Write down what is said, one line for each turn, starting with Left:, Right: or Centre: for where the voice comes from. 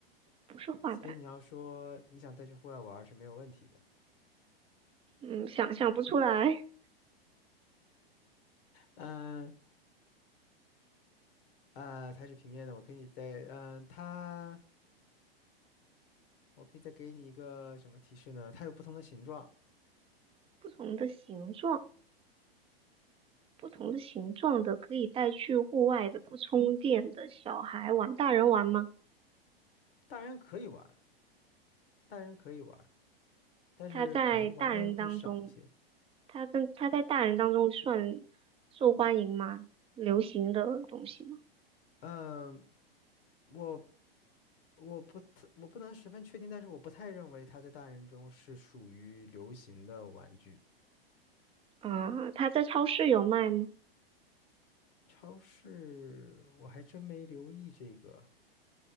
Right: 不是画板，
Left: 所以你要说你想带去户外玩儿是没有问题的。
Right: 嗯，想象不出来。
Left: 嗯呃，它是平面的，我可以再嗯它，我可以再给你一个什么提示呢？它有不同的形状，
Right: 不同的形状，不同的形状的可以带去户外的不充电的小孩玩，大人玩吗？
Left: 大人可以玩儿，大人可以玩。但是可能玩的会少一些。
Right: 他在大人当中，他跟他在大人当中算受欢迎吗？流行的东西吗？
Left: 嗯，我我不太我不能十分确定，但是我不太认为它在大人中是属于流行的玩具。
Right: 啊、他在超市有卖吗？
Left: 超市我还真没留意这个，